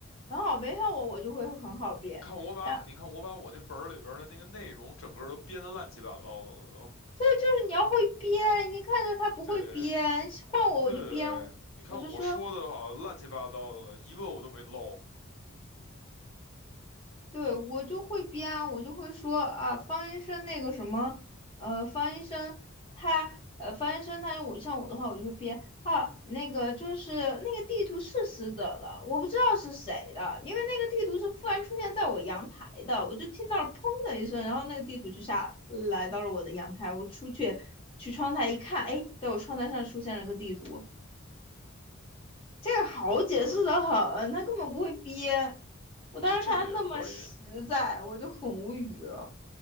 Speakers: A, on the left; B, on the left.
A: 很好憋。像我，我就会很好憋。
B: 你看我把你看我把我那本儿里边儿的那个内容整个儿都编得乱七八糟的了都。
A: 啊，对，就是你要会憋，你看着他不会憋，
B: 对
A: 换我我就憋，
B: 对，你看我说的好乱七八糟的了，
A: 我就说
B: 一个我都没漏。
A: 对，我就会编啊，我就会说啊，方医生那个什么，呃，方医生他，呃，方医生他，我像我的话，我就会编啊，那个就是那个地图是死者的，我不知道是谁的，因为那个地图是忽然出现在我阳台的，我就听到了砰的一声，然后那个地图就下来到了我的阳台，我出去去窗台一看，哎，在我窗台上出现了个地图，这个好解释的很，
B: 哦，对，
A: 他根本不会编。我当时看他那么实在，
B: 我觉得这个也可以。
A: 我就很无语了。